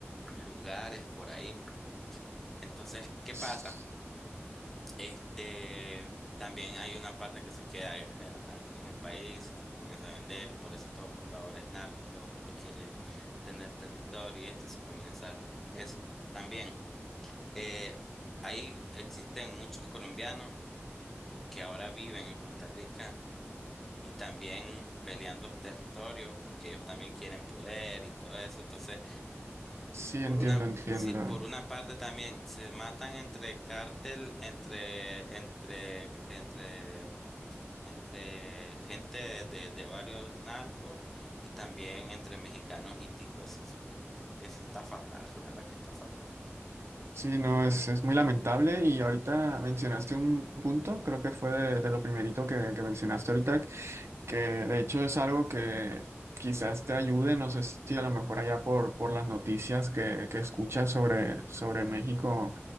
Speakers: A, in the centre; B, on the right (about 70°).
A: lugares por ahí. Entonces, ¿qué pasa?
B: S-
A: Este, también hay una parte que se queda eh, aquí en el país y se comienza a vender y por eso todo el mundo ahora es narco, todo el mundo quiere tener territorio y esto y se comienza eso. También, eh, ahí existen muchos colombianos que ahora viven en Costa Rica y también peleando los territorios porque ellos también quieren poder y todo eso. Entonces,
B: Sí,
A: por
B: entiendo,
A: una,
B: entiendo.
A: sí, por una parte también se matan entre cártel, entre, entre, entre entre gente de, de varios narcos y también entre mexicanos y ticos. Y eso está fatal, <laughs> la verdad es que está fatal.
B: Sí, no, es, es muy lamentable y ahorita mencionaste un punto, creo que fue de, de lo primerito que, que mencionaste ahorita, que de hecho es algo que quizás te ayude, no sé si a lo mejor allá por, por las noticias que, que escuchas sobre, sobre México